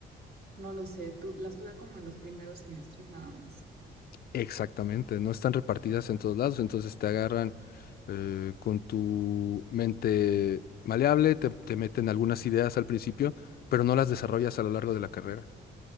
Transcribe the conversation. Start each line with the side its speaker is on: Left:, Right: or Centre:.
Right: no lo sé, tú, las tuve como en los primeros semestres nada más.
Left: Exactamente, no están repartidas en todos lados, entonces te agarran eh, con tu mente maleable, te, te meten algunas ideas al principio, pero no las desarrollas a lo largo de la carrera.